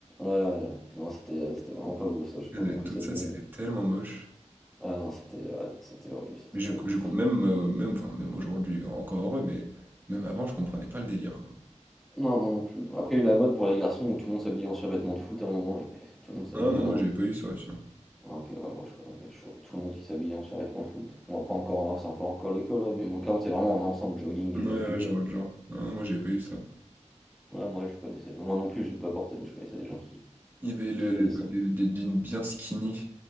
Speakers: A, in the centre; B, on the right.
A: ouais. non, c'était c'était vraiment pas beau ça, j'ai pas
B: Elles avaient
A: compris
B: tout
A: cette
B: ça,
A: mode.
B: c'était
A: mais-
B: tellement moche.
A: Ah non, c'était ah non, c'était horrible, c'était
B: Mais je,
A: horrible.
B: je com- même, euh, même, enfin, même aujourd'hui, encore heureux, mais même avant, je comprenais pas le délire, quoi.
A: Non, moi non plus. Après, il y a eu la mode pour les garçons où tout le monde s'habillait en survêtement de foot à un moment, et et tout le monde s'habillait
B: Ah non,
A: en.
B: moi j'ai pas eu ça aussi. hein.
A: Ah, Ok, ouais, moi je connais je voyais tout le monde qui s'habillait en survêtement de foot. Bon, après, encore, un- c'est un peu encore le cas, aujourd'hui, mais mon cas, c'est vraiment en ensemble jogging
B: Ouais,
A: et veste du
B: ouais,
A: club.
B: je vois le genre. Ah non, moi j'ai pas eu ça.
A: Ouais, moi je connaissais. Moi non plus, j'ai pas porté, mais je connaissais des gens qui,
B: Il y avait le-
A: qui faisaient
B: l'époque
A: ça.
B: des, des jeans bien skinny.